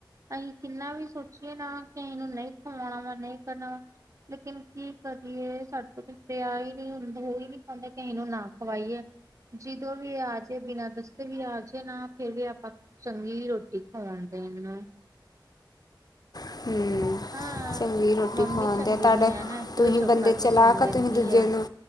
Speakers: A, on the right (about 40°); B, on the left (about 55°).
A: ਅਸੀਂ ਕਿੰਨਾ ਵੀ ਸੋਚੀਏ ਨਾ, ਕਿ ਅਸੀਂ ਨੂੰ ਨਹੀਂ ਕਵਾਉਣਾ ਵਾ ਨਹੀਂ ਕਰਨਾ ਵਾ ਲੇਕਿਨ ਕੀ ਕਰਈਏ ਸਾਡੇ ਕੋਲ ਪਿੱਛੇ ਹੀ ਨਹੀਂ ਹੁੰਦਾ, ਉਹ ਹੀ ਨਹੀਂ ਕਿਸੇ ਨੂੰ ਨਾ ਖਵਾਈਏ, ਜਦੋਂ ਵੀ ਆਜੇ ਬਿਨਾਂ ਦੱਸੇ ਵੀ ਆ ਜਏ ਨਾ ਫੇਰ ਵੀ ਆਪਾਂ ਚੰਗੀ ਰੋਟੀ ਖਵਾਉਣ ਦੇਨ ਨੂੰ
B: ਹਮ
A: ਹਾਂ
B: ਚੰਗੀ ਰੋਟੀ
A: ਮੰਮੀ
B: ਖਵਾਉਣਦੇ
A: ਚੰਗੀ
B: ਆ ਤੁਹਾਡੇ
A: ਨੀ ਹੈ ਨਾ ਇਸ
B: ਤੁਸੀਂ
A: ਲਈ ਚੁੱਪ
B: ਬੰਦੇ
A: ਕਰਕੇ
B: ਚਲਾਕ
A: ਸੁਣ ਲੈਂਦੀ
B: ਤੁਸੀਂ ਦੂਜੇ
A: ਆ
B: ਨੂੰ